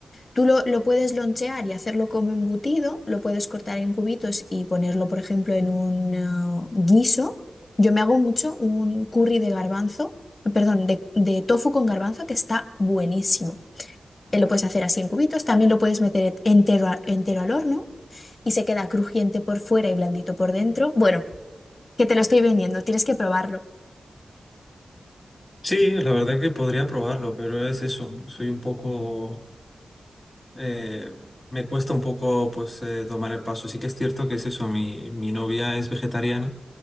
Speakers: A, on the left (about 35°); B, on the left (about 15°).
A: Tú lo, lo puedes lonchear y hacerlo como embutido, lo puedes cortar en cubitos y ponerlo, por ejemplo, en un eh, guiso. Yo me hago mucho un curry de garbanzo, eh, perdón, de, de tofu con garbanzo que está buenísimo. Eh, lo puedes hacer así en cubitos, también lo puedes meter et- entero, a- entero al horno y se queda crujiente por fuera y blandito por dentro. Bueno, que te lo estoy vendiendo, tienes que probarlo.
B: Sí, la verdad que podría probarlo, pero es eso, soy un poco eh, me cuesta un poco pues eh, tomar el paso. Sí que es cierto que es eso, mi, mi novia es vegetariana,